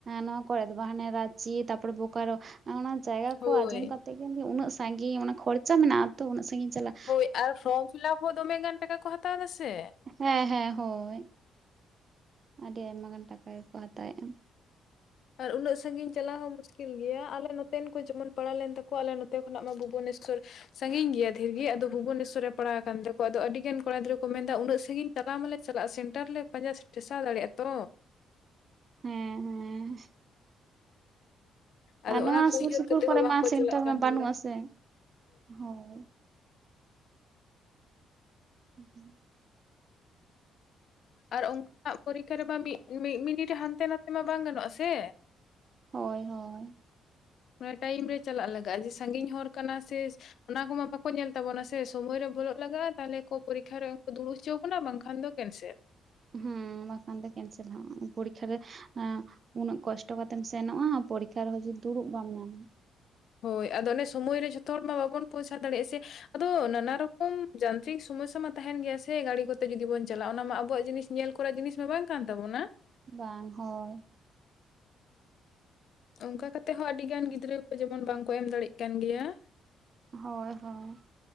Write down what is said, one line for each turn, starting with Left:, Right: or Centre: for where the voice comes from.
Right: ᱱᱚᱣᱟ ᱠᱚᱨᱮ ᱫᱚ ᱵᱟᱝ ᱦᱟᱱᱮ ᱨᱟᱪᱤ ᱛᱟᱨᱯᱚᱨ ᱵᱳᱠᱟᱨᱳ ᱚᱱᱟ ᱡᱟᱭᱜᱟ
Left: ᱦᱳᱭ
Right: ᱠᱚ ᱟᱸᱡᱚᱢ ᱠᱟᱛᱮ ᱜᱮ ᱩᱱᱟᱹᱜ ᱥᱟᱺᱜᱤᱧ ᱢᱟᱱᱮ ᱠᱷᱚᱨᱪᱟ ᱢᱮᱱᱟᱜ ᱛᱚ, ᱩᱱᱟᱹᱜ ᱥᱟᱺᱜᱤᱧ ᱪᱟᱞᱟᱜ
Left: ᱦᱳᱭ ᱟᱨ ᱯᱷᱨᱚᱢ ᱯᱷᱤᱞᱟᱯ ᱦᱚᱸ ᱫᱚᱢᱮ ᱜᱟᱱ ᱴᱟᱠᱟ ᱠᱚ ᱦᱟᱛᱟᱣ ᱫᱟᱥᱮ᱾
Right: ᱦᱮᱸ ᱦᱮᱸ ᱦᱳᱭ ᱟᱰᱤ ᱟᱭᱢᱟ ᱜᱟᱱ ᱴᱟᱠᱟ ᱜᱮᱠᱚ ᱦᱟᱛᱟᱣᱮᱜᱼᱟ᱾
Left: ᱟᱨ ᱩᱱᱟᱹᱜ ᱥᱟᱺᱜᱤᱧ ᱪᱟᱞᱟᱣ ᱦᱚᱸ ᱠᱤᱞ ᱜᱮᱭᱟ ᱟᱞᱮ ᱱᱚᱛᱮᱱ ᱠᱚ ᱡᱮᱢᱚᱱ ᱯᱟᱲᱟᱣ ᱞᱮᱱ ᱛᱟᱠᱚᱣᱟ, ᱟᱞᱮ ᱱᱚᱛᱮ ᱠᱷᱚᱱᱟᱜ ᱢᱟ ᱵᱷᱩᱵᱚᱱᱮᱥᱥᱚᱨ ᱥᱟᱺᱜᱤᱧ ᱜᱮᱭᱟ ᱫᱷᱤᱨ ᱜᱤ ᱟᱫᱚ ᱵᱷᱩᱵᱚᱱᱮᱥᱥᱚᱨ ᱨᱮ ᱯᱟᱲᱟᱣ ᱠᱟᱱ ᱫᱚ ᱠᱚ ᱟᱫᱚ ᱟᱹᱰᱤᱜᱟᱱ ᱠᱚᱲᱟ ᱜᱤᱫᱽᱨᱟᱹ ᱠᱚ ᱢᱮᱱ ᱫᱟ ᱩᱱᱟᱹᱜ ᱥᱟᱺᱜᱤᱧ ᱪᱟᱞᱟᱣ ᱢᱟᱞᱮ ᱪᱟᱞᱟᱜᱼᱟ, ᱥᱮᱱᱴᱟᱨ ᱞᱮ ᱯᱟᱸᱡᱟ ᱴᱷᱮᱥᱟᱣ ᱫᱟᱲᱮᱭᱟᱜᱼᱟ ᱛᱚ᱾
Right: ᱦᱮᱸ - ᱦᱮᱸ
Left: ᱟᱫᱚ
Right: ᱟᱨ ᱱᱚᱣᱟ
Left: ᱚᱱᱟ ᱠᱚ
Right: ᱥᱩᱨ
Left: ᱩᱭᱦᱟᱹᱨ
Right: ᱥᱩᱯᱩᱨ
Left: ᱠᱟᱛᱮ
Right: ᱠᱚᱨᱮ
Left: ᱦᱚᱸ ᱵᱟᱝᱠᱚ
Right: ᱢᱟ ᱥᱮᱱᱴᱟᱨ
Left: ᱪᱟᱞᱟᱜ ᱠᱟᱱ
Right: ᱢᱟ ᱵᱟᱱᱩᱜᱼᱟ
Left: ᱜᱮᱭᱟ
Right: ᱥᱮ, ᱦᱳᱭ᱾ <inaudible>
Left: ᱟᱨ ᱚᱝᱠᱟᱱᱟᱜ ᱯᱚᱨᱤᱠᱷᱟ ᱨᱮᱢᱟ ᱢᱤᱫ ᱢᱤᱫ ᱢᱤᱱᱤᱴ ᱦᱟᱱᱛᱮ ᱱᱟᱛᱮ ᱢᱟ ᱵᱟᱝ ᱜᱟᱱᱚᱜᱼᱟ ᱥᱮ᱾
Right: ᱦᱚᱭ ᱦᱚᱭ
Left: ᱢᱟᱱᱮ ᱴᱟᱭᱤᱢ ᱨᱮ ᱪᱟᱞᱟᱜ ᱞᱟᱜᱟᱜᱼᱟ, ᱡᱮ ᱥᱟᱺᱜᱤᱧ ᱦᱚᱨ ᱠᱟᱱᱟ ᱥᱮ ᱚᱱᱟ ᱠᱚᱢᱟ ᱵᱟᱠᱚ ᱧᱮᱞ ᱛᱟᱵᱚᱱᱟ ᱥᱮ ᱥᱚᱢᱚᱭ ᱨᱮ ᱵᱚᱞᱚᱜ ᱞᱟᱜᱟᱜᱼᱟ, ᱛᱟᱦᱚᱞᱮ ᱠᱚ ᱯᱚᱨᱤᱠᱠᱷᱟ ᱨᱮᱠᱚ ᱫᱩᱲᱩᱵ ᱦᱚᱪᱚᱣᱟ ᱵᱚᱱᱟ ᱵᱟᱝᱠᱷᱟᱱ ᱫᱚᱼᱼ ᱠᱮᱱᱥᱮᱞ ᱾
Right: ᱦᱩᱸ, ᱵᱟᱠᱷᱟᱱ ᱫᱚ ᱠᱮᱱᱥᱮᱞ ᱟᱸ ᱦᱚᱸ ᱯᱚᱨᱤᱠᱠᱷᱟ ᱨᱮᱼᱼ ᱩᱱᱟᱹᱜ ᱠᱚᱥᱴᱚ ᱠᱟᱛᱮᱢ ᱥᱮᱱᱚᱜᱼᱟ ᱯᱚᱨᱤᱠᱠᱷᱟ ᱨᱮᱸᱦᱚᱸ ᱡᱩᱫᱤ ᱫᱩᱲᱩᱵ ᱵᱟᱢ ᱧᱟᱢᱟᱼᱼ
Left: ᱦᱳᱭ ᱟᱫᱚ ᱚᱱᱮ ᱥᱚᱢᱚᱭ ᱨᱮ ᱡᱷᱚᱛᱚ ᱦᱚᱲ ᱢᱟ ᱵᱟᱵᱚᱱ ᱯᱨᱚᱥᱟᱨ ᱫᱟᱲᱮᱭᱟᱜᱼᱟ ᱥᱮ, ᱟᱫᱚ ᱱᱟᱱᱟ ᱨᱚᱠᱚᱢᱼᱼ ᱡᱟᱱᱛᱨᱤᱠ ᱥᱚᱢᱚᱥᱥᱭᱟ ᱢᱟ ᱛᱟᱸᱦᱮᱱ ᱜᱮᱭᱟ ᱥᱮ ᱜᱟᱹᱲᱤ ᱠᱚᱛᱮ ᱡᱩᱫᱤ ᱵᱚᱱ ᱪᱟᱞᱟᱜᱼᱟ ᱚᱱᱟ ᱢᱟ ᱟᱵᱚᱣᱟᱜ ᱡᱤᱱᱤᱥ ᱧᱮᱞ ᱠᱚᱨᱟ ᱡᱤᱱᱤᱥ ᱢᱟ ᱵᱟᱝ ᱠᱟᱱ ᱛᱟᱵᱚᱱᱟ ᱾
Right: ᱵᱟᱝ, ᱦᱚᱭᱼᱼ
Left: ᱚᱱᱠᱟ ᱠᱟᱛᱮ ᱦᱚᱸ ᱟᱹᱰᱤ ᱜᱟᱱ ᱜᱤᱫᱽᱨᱟᱹ ᱠᱚ ᱡᱮᱢᱚᱱ ᱵᱟᱝᱠᱚ ᱮᱢ ᱫᱟᱲᱮᱜ ᱠᱟᱱ ᱜᱮᱭᱟ ᱾
Right: ᱦᱚᱭ ᱦᱚᱭ,